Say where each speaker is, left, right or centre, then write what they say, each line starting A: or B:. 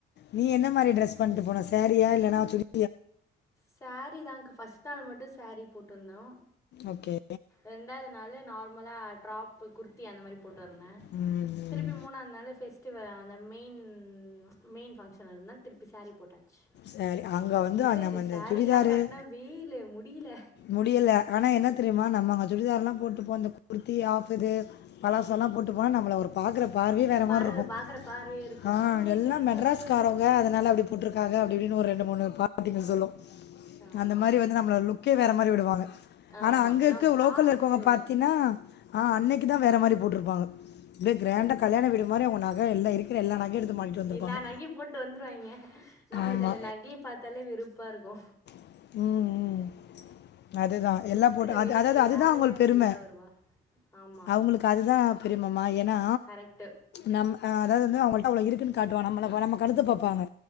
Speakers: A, on the left (about 60°); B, on the left (about 15°).
A: நீ என்ன மாரி டிரெஸ் பண்ணிட்டு போன சாரியா இல்லன்னா சுடி
B: சாரிதாக்கா ஃபர்ஸ்ட் நாள் மட்டு சாரி போட்டுருந்தோ
A: ஓகே
B: ரெண்டாவது நாளு நார்மலா ட்ராப் பு குர்த்தி அந்த மாரி போட்டுருந்தே
A: ம் ம்.
B: திருப்பி மூணாதுநாள் பெஷ் டிவல் அந்த மெயின் மெயின் ஃபங்க்ஷன் இருந்ததனால திருப்பி சாரி போட்டா ச்
A: சரி அங்க வந்து
B: எங்க
A: நம்ம
B: இந்த சாரி
A: சுடிதாரு
B: எல்லா கட்டனா வெயிலு முடியல
A: முடியல, ஆனா என்ன தெரியுமா நம்ம அங்க சுடிதார்லா போட்டுப்போனா அந்த குர்த்தி ஆஃப் இது பழசல்லா போட்டு போனா நம்மள ஒரு பாக்கற பார்வையே வேற
B: பார்வை
A: மாரி இருக்கு,
B: பார்க்குற பார்வையே இருக்கும்
A: ஆ
B: என்ன
A: எல்லா
B: இது இந்த
A: மெட்ராஸ்காரங்க
B: மாதிரி வந்திருக்கு
A: அதனால அப்டி போட்ருக்காங்க அப்டி இப்டின்னு ஒரு ரெண்டு மூணு பாட்டிங்க சொல்லு
B: ஆமாம்
A: அந்த மாரி வந்து நம்மள லுக் க்கே வேற மாரி விடுவாங்க
B: ஆமாம்
A: ஆனா அங்க இருக்க
B: நான் ஃப்ராக்கு
A: லோக்கல்ல இருக்கவங்க பாத்தீனா ஆ, அன்னைக்குதா வேற மாரி போட்ருப்பாங்க அப்படியே கிராண்டா
B: ஆமாம்
A: கல்யாணவீடு மாரி அவங்க நக எல்லா இருக் கற எல்லா நகையு எடுத்து மாட்டிட்டு வந்திருப்பாங்க.
B: எல்லா நகையு போட்டு வந்துருவாங்க நம்மளுக்கு
A: ஆமா.
B: அந்த நகைய பாத்தாலே வெறுப் பாருக்கு
A: ம் ம் அதுதா எல்லா
B: இருக்கிற
A: போட்டு அது
B: வெயிலில்
A: அதாது அதுதா
B: யாரையா
A: அவங்க
B: இப்படிலாம்
A: பெரும
B: வருவா ஆமாம்
A: அவங்களுக் கு அதுதா பெருமைமா ஏன்னா
B: கரெக்டு
A: நம் அ அதாவது வந்து அவங்கள்ட அவ்ளோ இருக்குன்னு காட்டுவாங் நம்மள நம்ம கழுத்த பாப்பாங்க